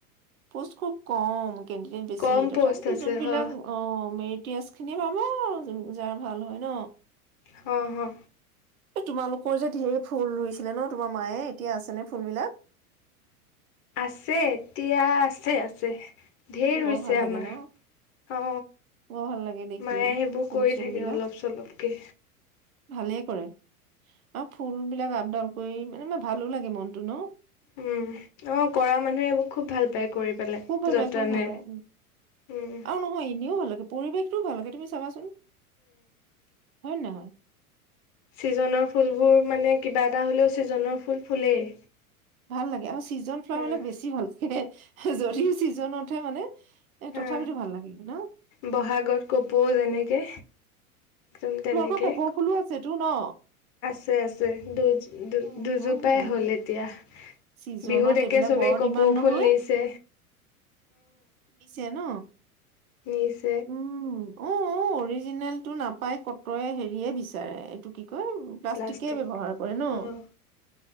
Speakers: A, on the right; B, on the left.
A: পোষ্ট খুব কম। কেনণ্ডিডেট বেছি
B: কম
A: তথাপিতো
B: প'ষ্ট আছে
A: জোনবিলাক
B: হ
A: অ মে তিয়াজ খিনিয়ে পাব জাৰ ভাল হয় ন
B: হ হা
A: এই তোমালোকৰ যে ধঢেৰ ফুল ৰুইছিলে ন তোমাৰ মায়ে এতিয়া আছে নে ফুলবিলাক
B: আছে এতিয়া আছে আছে ধঢেৰ ৰু
A: বৰ
B: হৈছে
A: ভাল লাগে
B: আমাৰ
A: ন
B: অ
A: বৰ ভাল লাগে দেখি
B: মায়ে সেইবোৰ
A: ফুল
B: কৰি
A: চুল
B: থাকে
A: বিলাক
B: অলপ চলপকে
A: ভালে কৰে আৰু ফুল বিলাক আপডাল কৰি মানে ম ভালো লাগে মনটো ন
B: উম অ কৰা মানুহে এইবোৰ খুব ভাল পায় কৰি পেলাই
A: খুব ভাল
B: যতনে।
A: পায়াই খুব ভাল পায়
B: উম,
A: অ নহয় এনেও ভাল লাগে পৰিৱেশটোও ভালকে তুমি চাবা চোন হয় ন হয়
B: চিজনৰ ফুলবোৰ মানে কিবা দা হ'লেও ছিজনৰ ফুল ফুলেই
A: ভাল লাগে আৰু চিজন ফ্লাৱাৰলাক
B: অ',
A: বেছি ভাল লাগে যদিও ছিজনতহে মানে এ
B: হা
A: তথাপিতো ভাল লাগে ন?
B: বহাগত কপৌ যেনেকে একদম তেনেকে
A: তোমালোকৰ কপৌ ফুলো আছেতো ন
B: চ আছে দুইজ দু
A: অ',
B: দুজোপাই
A: হওক দিয়া।
B: হ'ল এতিয়া
A: ছিজনত
B: বিহুত একে
A: এইবিলাক
B: চবেই
A: বৰ
B: কপৌফুল
A: ডিমাণ্ড নহয়,
B: নিছে
A: দিছে ন?
B: নি্চ
A: উম, অ', অ', অৰিজিনেলটো নাপাই কতে হেৰিয়ে বিচাৰে এইটো কি প্লাষ্টষ্টিকে
B: প্লাষ্টিক।
A: ব্যৱহাৰ কৰে ন
B: অ'